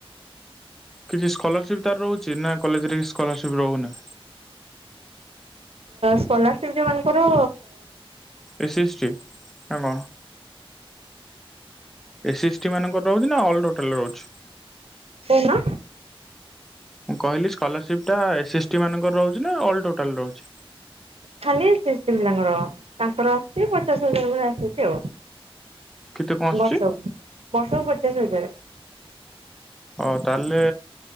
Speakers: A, in the centre; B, on the right (about 80°).
A: କିଛି ସ୍କଲରସିପ ତାର ରହୁଛି ନା କଲେଜରେ ସ୍କଲରସିପ ରହୁନି।
B: ସ୍କଲାରସିପ ଯୋଉ ମାନଙ୍କର
A: ଏଟି ନା କଣ? ଏ ଏସ୍ ଟି ମାନଙ୍କ ରହୁଛି ନା ଅଲ ଟୋଟାଲ ରହୁଛି।
B: କଣ?
A: ମୁଁ କହିଲି ସ୍କଲରସିପ୍ ଟା ଏସ୍ଏସ୍ ଟି ମାନଙ୍କର ରହୁଛି ନା ଅଲ ଟୋଟାଲ ରହୁଛି।
B: ଖାଲି ଶଷ୍ ପିଲାଙ୍କର ତାଙ୍କର ଆସଛି ପଚାଶ ହଜାର ଭଳି ଆସୁଛି ଆଉ।
A: କେତେ କଣ ଆସୁଛି
B: ବର୍ଷକ ବର୍ଷକ ପଚାଶ ହେଯଏ
A: ହଉ ତାହେଲେ